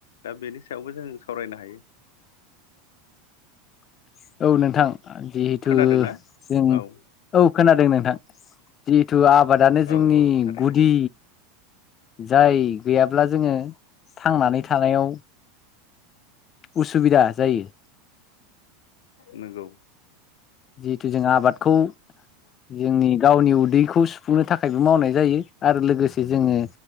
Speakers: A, on the left (about 80°); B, on the left (about 35°).
A: दा बेनि सायावबो जों सावरायनो हायो।
B: <inaudible> औ नोंथां जिहेथु
A: खोनादोंना?
B: जों
A: औ
B: औ खोनादों नोंथां। जिहेथु आबादानो
A: औ
B: जोंनि
A: औ थारैनो
B: गुदि जाय गैयाब्ला जोङो थांनानै थानायाव उसुबिदा जायो।
A: नोंगौ।
B: जिहेथु जोङो आबादखौ जोंनि गावनि उदैखौ सुफुंनो थाखायबो मावनाय जायो आरो लोगोसे जोङो